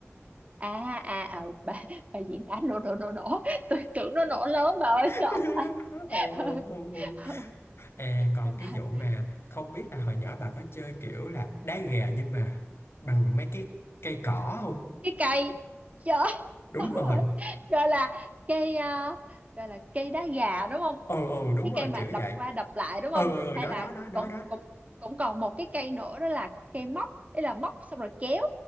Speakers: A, on the right; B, on the left.
A: à à ờ, bà bà diễn tả nổ nổ nổ nổ tôi tưởng nó nổ lớn bà ơi
B: <laughs>
A: sợ <laughs>
B: Không, không,
A: ừ,
B: không, không.
A: ừ.
B: À, còn
A: Gọi là
B: cái vụ mà không biết là hồi nhỏ bà có chơi kiểu là đá gà nhưng mà bằng mấy cái cây cỏ không?
A: cái cây trời
B: Đúng
A: đúng
B: rồi.
A: rồi gọi là cây à, gọi là cây đá gà đúng không
B: Ừ, ừ, đúng
A: cái
B: rồi,
A: cây mà
B: kiểu
A: đập
B: vậy.
A: qua đập lại đúng
B: Ừ,
A: không
B: ừ, ừ,
A: hay
B: nó
A: là
B: đó, nó, nó
A: cũng
B: đó.
A: cũng cũng còn một cái cây nữa đó là cây móc ý là móc xong rồi kéo